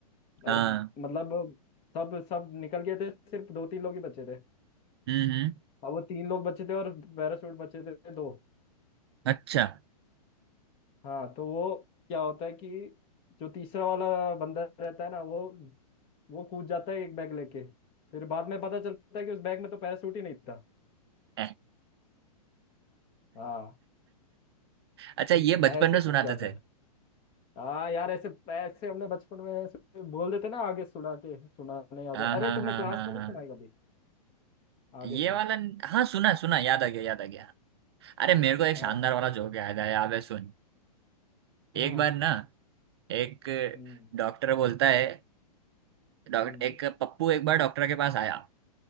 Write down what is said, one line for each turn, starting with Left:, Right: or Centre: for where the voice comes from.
Right: हाँ
Left: और ब- मतलब सब सब निकल गए थे सिर्फ दो तीन लोग ही बचे थे
Right: हम्म हम्म,
Left: अब वो तीन लोग बचे थे और पैराशूट बचे थे दो
Right: अच्छा
Left: हाँ तो वो क्या होता है कि जो तीसरा वाला बंदा रहता है ना वो वो कूद जाता है एक बैग लेके फिर बाद में पता चलता है कि उस बैग में तो पैराशूट ही नहीं था
Right: <laughs>
Left: हाँ
Right: अच्छा ये बचपन
Left: ऐसे
Right: में
Left: क्यों
Right: सुनाते
Left: जाता
Right: थे
Left: है हाँ यार ऐसे ऐसे हमने बचपन में ऐसे बोल देते ना आगे सुना के सुनाने आ जाओ
Right: हाँ हाँ
Left: अरे तुमने
Right: हाँ
Left: क्लास
Right: हाँ
Left: में नहीं
Right: हाँ
Left: सुनाई कभी आगे
Right: ये
Left: से
Right: वाला हाँ सुना है, सुना है, याद आ गया याद आ गया अरे मेरे को एक
Left: हाँ
Right: शानदार
Left: हाँ
Right: वाला जोक याद आया अबे सुन
Left: हाँ,
Right: एक बार ना एक
Left: हम्म
Right: डॉक्टर बोलता है डॉक्टर
Left: हम्म
Right: एक पप्पू एक बार डॉक्टर के पास आया